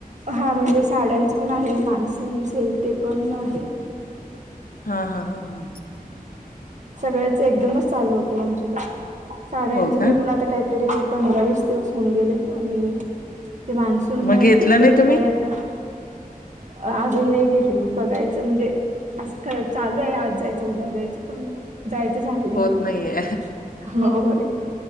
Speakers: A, on the right; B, on the left.
A: हा म्हणजे साड्यांच पण आहे माणस असेल ते पण आहे
B: हा हा हा हा
A: सगळ्याच एकदमच चालू होते आमच्याकडे साड्यांचं
B: हो काय?
A: निघून आता काही तरी पंधरा वीस दिवस होऊन गेले आणि ते मान्सून
B: मग
A: नाही
B: घेतलं
A: ते तरी
B: तुम्ही?
A: काय आता अ अजून नाही गेली मी बघायचं म्हणजे असं चालू आहे आज जायचं उदा जायच पण जायचं झालं नाही
B: होत
A: अजून
B: नाहीये.
A: हो